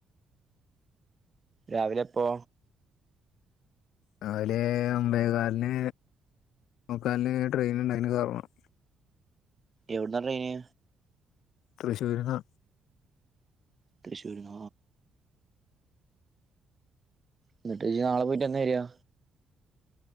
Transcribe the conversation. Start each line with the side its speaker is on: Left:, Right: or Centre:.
Right: രാവിലെപ്പോ
Left: രാവിലെ അമ്പേകാലിന് മോക്കാലിന് ട്രെയിൻ ഉണ്ടാക്കന് കറണം
Right: എവിടന്നാ റയിന
Left: തൃശ്ശൂരിന്ന്
Right: തൃശ്ശൂർന എന്നിട്ട് ചച്ച നാളെ പോയിട്ട്ന്നാ വരിയാ